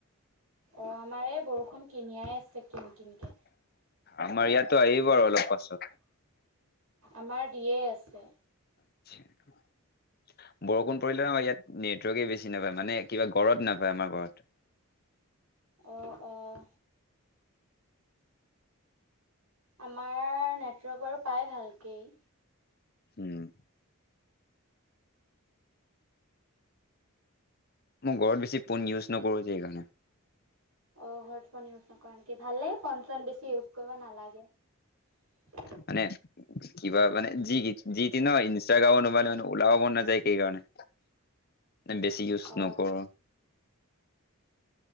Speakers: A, on the right; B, on the left.
A: অ', আমাৰ এইয়া বৰষুণ কিনিয়াই আছে কিন কিনকৈ।
B: আমাৰ ইয়াতো আহিব আৰু অলপ পাছত।
A: আমাৰ দিয়ে আছে।
B: <inaudible> বৰষুণ পৰিলে আমাৰ ইয়াত নেটৱৰ্কে বেছি নাপায় মানে কিবা ঘৰত নাপায় আমাৰ ঘৰত।
A: অ' অ' আমাৰ নেটৱৰ্ক বাৰু পায় ভালকেই।
B: উম। মই ঘৰত বেছি ফোন ইউচ নকৰো যে সেইকাৰণে।
A: অ ঘৰত ফোন ইউচ নকৰা নেকি, ভালে ফোন চোণ বেছি ইউচ কৰিব নালাগে।
B: মানে। কিবা মানে যি ই যি তি ন ইনষ্টাগ্ৰামৰ নোমাল মানে ওলাব ম'ন নাযায় হেকাৰ্নে। বেছি উচ
A: অ
B: নকৰোঁ।